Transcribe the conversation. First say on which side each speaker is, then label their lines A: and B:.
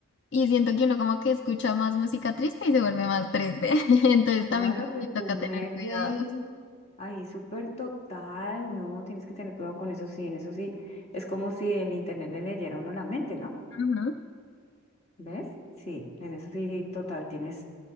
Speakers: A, on the left; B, on the left.
A: y siento que uno como que escucha más música triste y se vuelve más triste. <laughs> Entonces
B: Claro,
A: también como
B: se
A: que toca
B: sumerge
A: tener cuidado.
B: ahí, ahí súper total, ¿no? Tienes que tener cuidado con eso, sí, en eso sí. Es como si el internet le leyera a uno la mente, ¿no?
A: Ajá.
B: ¿Ves? Sí, en eso sí, total, tienes,